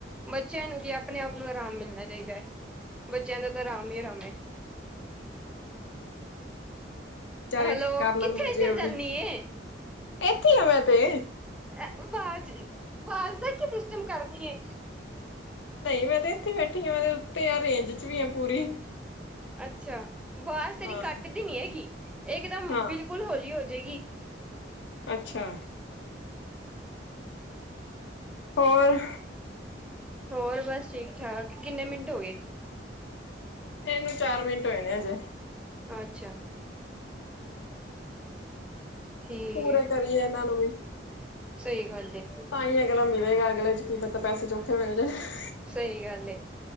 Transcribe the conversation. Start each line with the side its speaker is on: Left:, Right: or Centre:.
Centre: ਬੱਚਿਆਂ ਨੂੰ ਵੀ ਆਪਣੇ ਆਪ ਨੂੰ ਆਰਾਮ ਮਿਲਣਾ। ਚਾਹੀਦਾ ਹੈ ਬੱਚਿਆਂ ਦਾ ਤਾਂ ਆਰਾਮ ਹੀ ਆਰਾਮ ਹੈ।
Left: ਆ ਹੋ। ਵਿਚਾਰੇ
Centre: ਹੈਲੋ
Left: ਕਰ
Centre: ਕਿੱਥੇ
Left: ਲੈਣ ਮਜ਼ੇ
Centre: ਚੱਲ
Left: ਉਹ
Centre: ਜਾਂਦੀ
Left: ਵੀ
Centre: ਏ
Left: ਇੱਥੇ ਆ ਮੈਂ ਤੇ।
Centre: ਆਵਾਜ਼ ਆਵਾਜ਼ ਦਾ ਕੀ ਸਿਸਟਮ ਕਰਦੀ ਹੈ।
Left: ਨਹੀਂ ਮੈਂ ਤੇ ਇੱਥੇ ਬੈਠੀ ਆ ਮੈਂ ਉੱਤੇ ਆ ਰੇਂਜ ਚ ਵੀ ਆ ਪੂਰੀ।
Centre: ਅੱਛਾ ਆਵਾਜ਼ ਤੇਰੀ
Left: ਹਾਂ
Centre: ਕੱਟਦੀ ਨੀ ਹੈਗੀ ਇਕਦਮ
Left: ਹਾਂ
Centre: ਬਿਲਕੁਲ ਹੌਲੀ ਹੋ। ਹੋ ਜੇਗੀ।
Left: ਅੱਛਾ ਹੋਰ।
Centre: ਹੋਰ ਬਸ ਠੀਕ ਠਾਕ ਕਿੰਨੇ ਮਿੰਟ ਹੋ ਗਏ।
Left: ਇਹਨੂੰ ਚਾਰ ਮਿੰਟ ਹੋਏ ਨੇ ਹਜੇ।
Centre: ਅੱਛਾ।
Left: ਹਮ।
Centre: ਠੀਕ
Left: ਪੂਰੇ
Centre: ਹੈ
Left: ਕਰੀਏ ਇਹਨਾਂ ਨੂੰ ਵੀ।
Centre: ਸਹੀ ਗੱਲ। ਏ
Left: ਤਾਂ ਹੀ ਅਗਲਾ ਮਿਲੇਗਾ ਅਗਲੇ ਚ ਕੀ ਪਤਾ ਪੈਸੇ ਚੋਖੇ ਮਿਲ ਜਾਏ।
Centre: ਸਹੀ ਗੱਲ ਏ